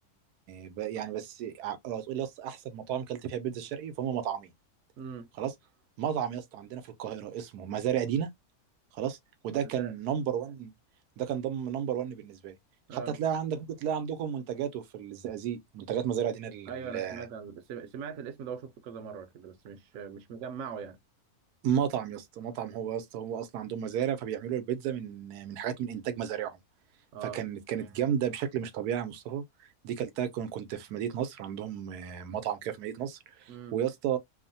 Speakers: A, on the right; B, on the right.
A: ب- يعني بس ع- لو هتقول لي يا اسطى احسن مطاعم اكلت فيها بيتزا شرقي فهم مطعمين
B: امم
A: خلاص مطعم يا اسطى عندنا في القاهره اسمه مزارع دينا خلاص وده
B: مثلا
A: كان نمبر 1 ده كان ضم نمبر 1 بالنسبه لي
B: اه
A: حتى تلاقي عندك ممكن تلاقي عندكم منتجاته في الزقازيق منتجات مزارع دينا لل-
B: ايوه انا سمعت عن سم- سمعت الاسم ده وشفته كذا مره كده بس مش مش مجمعه يعني
A: مطعم يا اسطى مطعم هو يا اسطى هو اصلا عندهم مزارع فبيعملوا البيتزا من من حاجات من انتاج مزارعهم
B: اه
A: فكانت كانت جامده بشكل مش طبيعي يا مصطفى دي كلتها كن- كنت في مدينه نصر عندهم آه، مطعم كده في مدينه نصر
B: امم
A: ويا اسطى